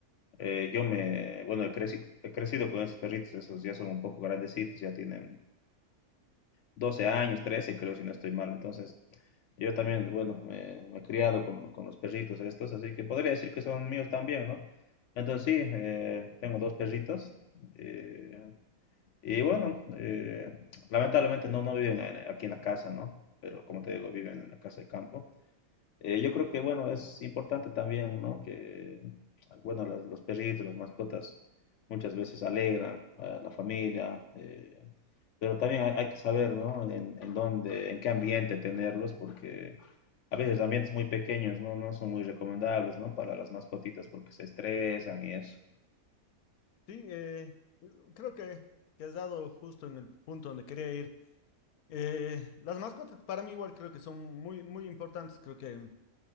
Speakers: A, on the left; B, on the left.
A: eh, yo me, bueno, he, creci- he crecido con esos perritos, esos ya son un poco grandecitos, ya tienen 12 años, 13 creo, si no estoy mal. Entonces, yo también, bueno, me, me he criado con, con los perritos estos, así que podría decir que son míos también, ¿no? Entonces sí, eh, tengo dos perritos. eh, y bueno, eh, lamentablemente no, no viven en- aquí en la casa, ¿no? Pero como te digo, viven en la casa de campo. Eh, yo creo que, bueno, es importante también, ¿no? Que, bueno, las- los perritos, las mascotas, muchas veces alegran a la familia, eh, pero también hay, hay que saber, ¿no? En, en dónde, en qué ambiente tenerlos, porque a veces ambientes muy pequeños, ¿no? No son muy recomendables, ¿no? Para las mascotitas porque se estresan y eso.
B: Sí, eh, creo que, que has dado justo en el punto donde quería ir. Eh, las mascotas para mí igual creo que son muy, muy importantes, creo que